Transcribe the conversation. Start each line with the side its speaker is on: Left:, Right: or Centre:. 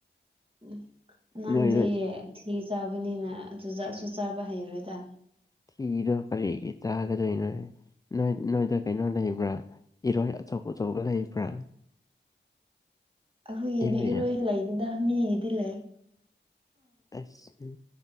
Right: ꯎꯝ ꯅꯪꯗꯤ
Left: ꯅꯣꯏꯗ
Right: ꯊꯤ ꯆꯥꯕꯅꯤꯅ ꯆꯨꯖꯥꯛꯁꯨ ꯆꯥꯕ ꯍꯩꯔꯣꯏꯗ
Left: ꯏꯅꯣ ꯀꯔꯤꯒꯤ ꯆꯒꯗꯣꯏꯅꯣ ꯅꯣꯏ ꯅꯣꯏꯗ ꯀꯩꯅꯣ ꯂꯩꯕ꯭ꯔꯥ ꯏꯔꯣꯏ ꯑꯆꯧ ꯑꯆꯧꯕ ꯂꯩꯕ꯭ꯔꯥ꯫ <inaudible>
Right: ꯑꯍꯣꯏꯒꯤꯗꯤ
Left: ꯏꯔꯣꯏꯌꯦ
Right: ꯏꯔꯣꯏ ꯂꯩꯗꯦꯗ ꯃꯤꯒꯤꯗꯤ ꯂꯩ꯫
Left: ꯑꯁ ꯎ